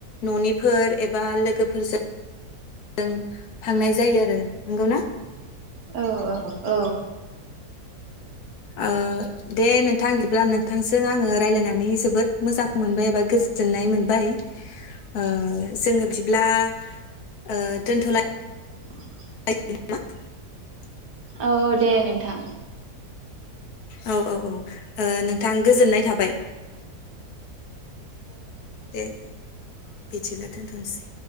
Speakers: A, on the left; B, on the right.
A: न'निफोर एबा लोगोफोरजों जों थांनाय जायो आरो नंगौ ना।
B: औ औ औ
A: आङो दे नोंथां बिब्ला नोंथांजों आङो रायजलायनानै जोबोद मोजां मोनबाय एबा गोजोननाय मोनबाय ओ जोङो बिदिब्ला ओ दोनथलाय
B: <inaudible>
A: <unintelligible>
B: औ दे नों थां।
A: औ औ औ। ओ नोंथां गोजोननाय थाबाय दे बिदिला। दोनथसै।